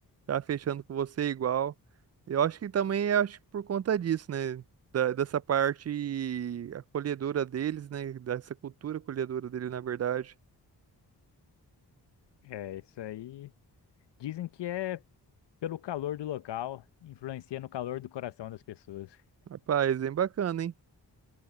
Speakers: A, on the right; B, on the left.
A: tá fechando com você igual. Eu acho que também, acho que por conta disso, né, da- dessa parte acolhedora deles, né, dessa cultura acolhedora dele, na verdade.
B: É, isso aí. Dizem que é pelo calor do local, influencia no calor do coração das pessoas.
A: Rapaz, bem bacana, hein?